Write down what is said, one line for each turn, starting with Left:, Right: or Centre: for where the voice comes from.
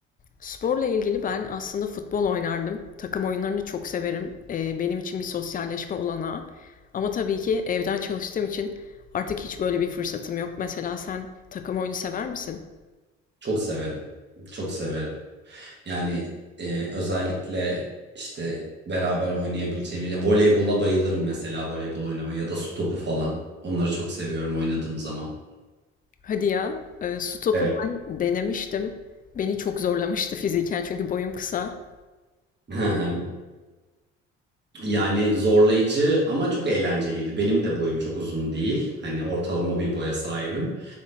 Left: Sporla ilgili ben aslında futbol oynardım. Takım oyunlarını çok severim. Ee, benim için bir sosyalleşme olanağı. Ama tabii ki evden çalıştığım için artık hiç böyle bir fırsatım yok. Mesela sen takım oyunu sever misin?
Right: Çok severim. Çok severim. Yani e, özellikle işte beraber oynayabileceğimiz voleybola bayılırım mesela voleybol oynamayı ya da su topu falan. Onları çok seviyorum oynadığım zaman.
Left: Hadi ya, e, su topu
Right: Evet.
Left: ben denemiştim. Beni çok zorlamıştı <laughs> fiziken çünkü boyum kısa.
Right: <laughs> Yani zorlayıcı ama çok eğlenceliydi. Benim de boyum çok uzun değil. Hani ortalama bir boya sahibim.